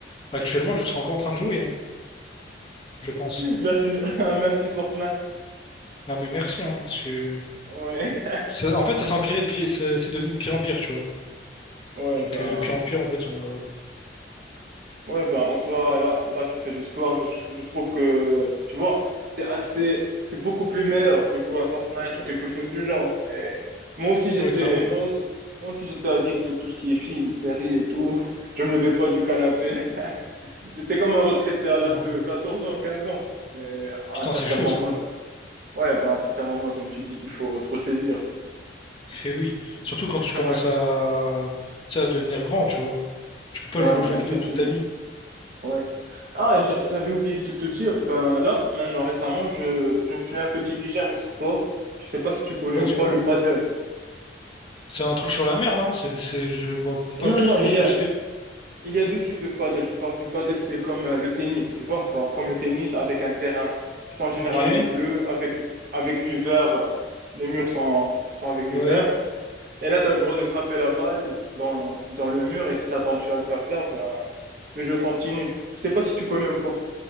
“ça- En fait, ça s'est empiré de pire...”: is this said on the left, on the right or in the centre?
Left